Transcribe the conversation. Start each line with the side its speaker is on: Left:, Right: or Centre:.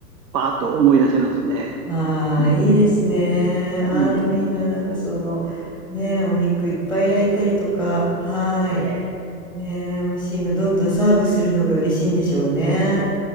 Right: パーッと思い出しますね。
Centre: ああ、
Right: うん、
Centre: いいですね。ああ、
Right: うん、
Centre: でもいいな。なんかその、ねえ、お肉いっぱい焼いたりとか、はい。
Right: ええ、
Centre: ねえ、美味しいの、どんどんサーブするのが嬉しいんでしょうね。